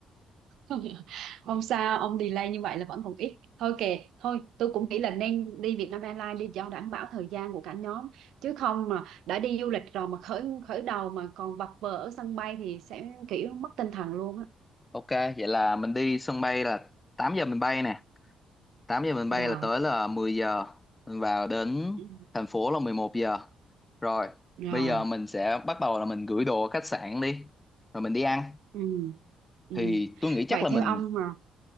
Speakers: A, on the right; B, on the left.
A: <laughs> không sao ông delay như vậy là vẫn còn ít thôi kệ thôi tôi cũng nghĩ là nên đi Vietnam Airlines đi cho đảm bảo thời gian của cả nhóm chứ không mà đã đi du lịch rồi mà khởi khởi đầu mà còn vật vờ ở sân bay thì sẽ kiểu mất tinh thần luôn á
B: ok vậy là mình đi sân bay là 8 giờ mình bay nè 8 giờ mình bay
A: rồi
B: là tới là mười giờ mình vào đến
A: Ừ.
B: thành phố là 11 giờ rồi
A: rồi
B: bây giờ mình sẽ bắt đầu là mình gửi đồ ở khách sạn đi rồi mình đi ăn
A: ừ. ừ
B: thì tôi nghĩ
A: vậy
B: chắc là mình
A: theo ông mà